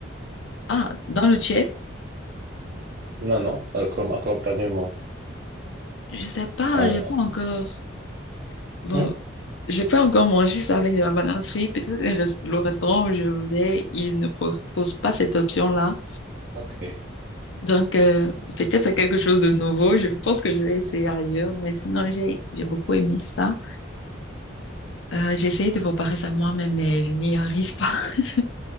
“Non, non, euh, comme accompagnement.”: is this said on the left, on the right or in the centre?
Right